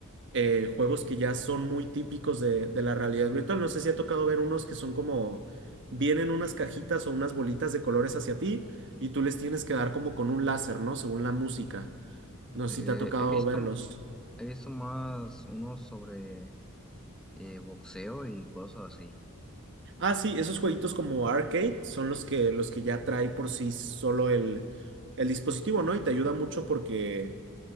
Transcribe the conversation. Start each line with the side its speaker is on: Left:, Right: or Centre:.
Right: eh, juegos que ya son muy típicos de, de la realidad virtual. No sé si ha tocado ver unos que son como, vienen unas cajitas o unas bolitas de colores hacia ti y tú les tienes que dar como con un láser, ¿no? Según la música. No sé
Centre: Eh,
Right: si te ha tocado
Centre: he visto,
Right: verlos.
Centre: he visto más unos sobre eh, boxeo y cosas así.
Right: Ah, sí, esos jueguitos como arcade son los que, los que ya trae por sí solo el, el dispositivo, ¿no? Y te ayuda mucho porque,